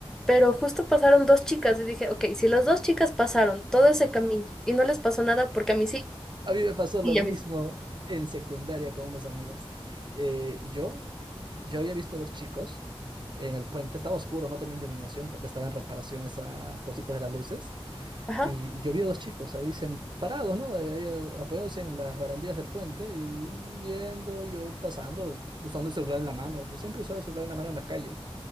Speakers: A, in the centre; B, on the right.
A: Pero justo pasaron dos chicas y dije, ok, si las dos chicas pasaron todo ese camino y no les pasó nada, porque a mí sí,
B: A mí me pasó lo
A: y
B: mismo
A: a mí sí.
B: en secundaria con unos amigos. Eh, yo, yo había visto dos chicos en el puente, estaba oscuro, no tenía iluminación porque estaba en reparación esas cositas de las luces.
A: Ajá.
B: Y yo vi a dos chicos ahí sen- parados, ¿no? Ahí- ahí, eh, apoyados en las barandillas del puente y viendo, yo pasando, usando el celular en la mano. Yo siempre usaba el celular en la mano en las calles.